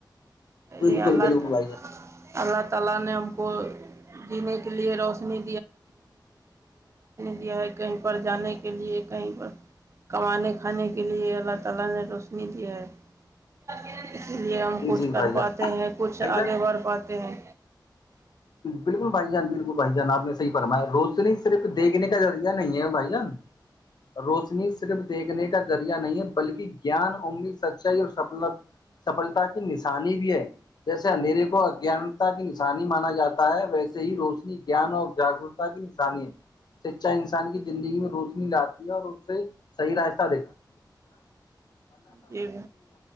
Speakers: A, on the left; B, on the right.
A: بالکل
B: یہ حالات
A: بالکل بھائی
B: <unintelligible> کے لیے روشنی دیا ہے کہیں پر جانے کے لیے کہیں پر <unintelligible> اسی لیے ہم
A: جان
B: کچھ
A: جی جی
B: کر
A: بھائی جان
B: پاتے ہیں کچھ
A: بھائی
B: آگے بڑھ پاتے ہیں
A: بالکل بھائی جان بالکل بھائی جان آپ نے صحی فرمایا روشنی صرف دیکھنے کا ذریعہ نہیں ہے بھائی جان <unintelligible> روشنی صرف دیکھنے کا ذریعہ نہیں ہے بلکہ جان امید سچائی اور سفل سفلتا کی نشانی بھی ہے جیسے اندھیریے کو اجانتا کی نشانی <unintelligible> مانا جاتا ہے ویسے ہی روشنی جان اور جاگروکتا کی نشانی ہے شکچھا انسان کی زندگی میں روشنی لاتی ہے اور اس سے <unintelligible> <unintelligible> نعمت
B: جی